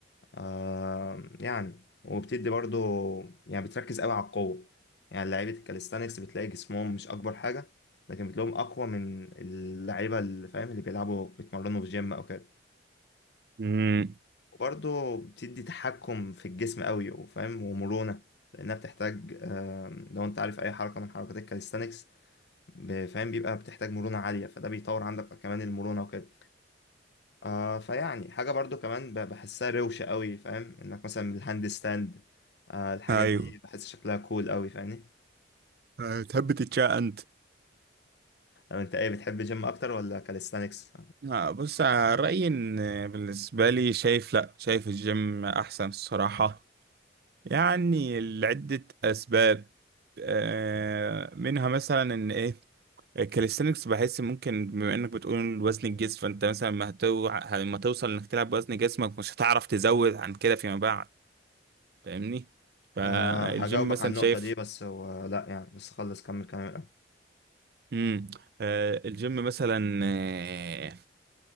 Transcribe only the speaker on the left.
آه يعني وبتدي برضو يعني بتركز قوي على القوه يعني لعيبه الكاليستانكس بتلاقي جسمهم مش اكبر حاجه لكن بتلاقيهم اقوى من اللعيبه اللي فاهم اللي بيلعبوا بيتمرنوا في جيم او كده
وبرضو بتدي تحكم في الجسم قوي وفاهم ومرونه لانها بتحتاج آه لو انت عارف اي حركه من حركات الكاليستانكس ب- فاهم بيبقى بتحتاج مرونة عالية فده بيطور عندك كمان المرونة وكده آه فيعني حاجة برضو كمان ب- بحسها روشة قوي فاهم انك مثلا الهاند ستاند آه الحاجات
دي بحس شكلها كول قوي فاهمني
لو انت ايه بتحب جيم اكتر ولا كاليستانكس
آه هجاوبك
على النقطة
دي بس هو لا يعني بس خلص كمل كلامك